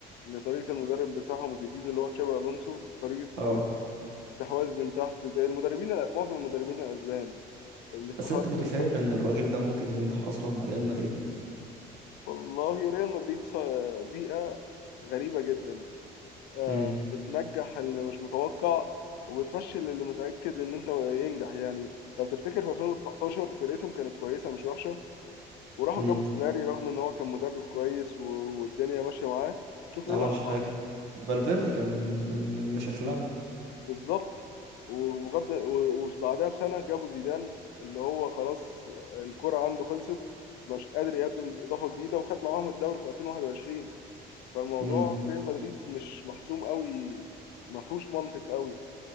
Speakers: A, on the left (about 80°); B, on the right (about 85°).
A: إن طريقة المدرب بتاعهم الجديد اللي هو تشابي ألونسو طريقة
B: اه
A: استحواذ من تحت زي المدربين معظم المدربين الأسبان الاستحواذ
B: بس انت متخيل
A: من تحت.
B: ان الراجل ده ممكن ينجح اصلا مع ريال مدريد
A: والله ريال مدريد في بيئة غريبة جدا آه،
B: امم
A: بتنجح اللي مش متوقع وبتفشل اللي متأكد إن أنت ينجح يعني لو تفتكر في 2019 فرقتهم كانت كويسة مش وحشة وراحوا
B: امم
A: جابوا سولاري رغم إن هو كان مدرب كويس و- والدنيا ماشية معاه شوف
B: ما
A: إيه
B: عملش
A: اللي حصل
B: حاجة
A: فيه
B: فالفيردي كان م- م- مشخلعه
A: بالظبط وبغض و- وبعدها بسنة جابوا زيدان اللي هو خلاص الكرة عنده خلصت مش قادر يقدم إضافة جديدة وخد معاهم الدوري في 2021 فالموضوع
B: امم
A: في ريال مدريد مش محسوم قوي ما فيهوش منطق قوي